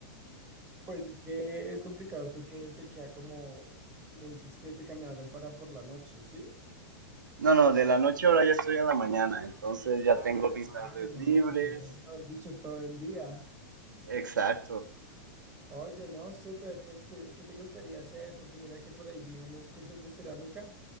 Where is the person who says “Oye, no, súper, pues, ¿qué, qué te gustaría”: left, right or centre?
Right